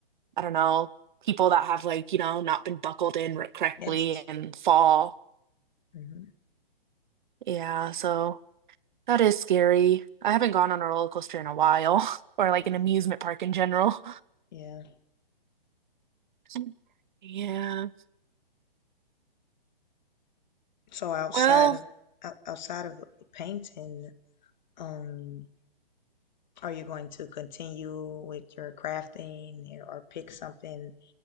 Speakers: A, on the right; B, on the left.
A: I don't know, people that have like, you know, not been buckled in r- correctly
B: Yes.
A: and fall.
B: hmm
A: Yeah, so that is scary. I haven't gone on a roller coaster in a while, <laughs> or like
B: Yeah.
A: an amusement park in general.
B: Yeah.
A: <laughs> Yeah.
B: So outside
A: Well,
B: of out- outside of painting, um Are you going to continue with your crafting or pick something